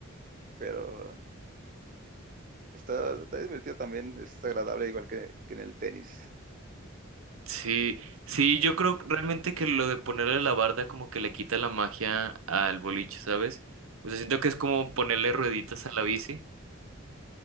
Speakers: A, on the right (about 40°); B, on the right (about 80°).
A: pero está, está divertido también, es agradable igual que, que en el tenis.
B: sí, sí, yo creo realmente que lo de ponerle la barda como que le quita la magia al boliche, ¿sabes? O sea, siento que es como ponerle rueditas a la bici.